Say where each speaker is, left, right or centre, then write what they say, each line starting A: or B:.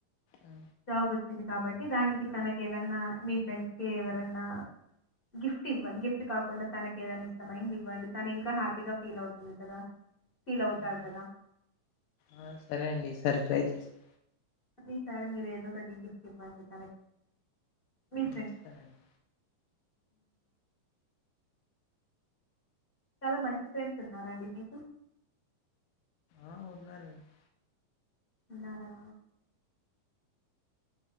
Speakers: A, on the left (about 75°); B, on the left (about 35°).
A: ఆ,
B: జాబ్ వచ్చింది కాబట్టి దానికి తనకి ఏదన్నా మీ ఫ్రెండ్స్ కి ఎవరన్నా గిఫ్ట్ ఇవ్వండి గిఫ్ట్ కాకుండా తనకి ఏదైనా ఇష్టమైంది ఇవ్వండి తన ఇంకా హ్యాపీగా ఫీల్ అవుతుంది కదా ఫీల్ అవుతారు
A: ఉమ్.
B: కదా
A: ఆ సరే అండి ఈ సరి ట్రై చేస్తా
B: అది సార్ మీరు ఏదో ఒకటి గిఫ్ట్ ఇవ్వండి కలెక్ట్ మీ ఫ్రెండ్
A: ఇస్తానండి
B: చాలా మంచి ఫ్రెండ్స్ ఉన్నర అండి మీకు
A: ఆ ఉన్నారండి
B: ఉన్నారా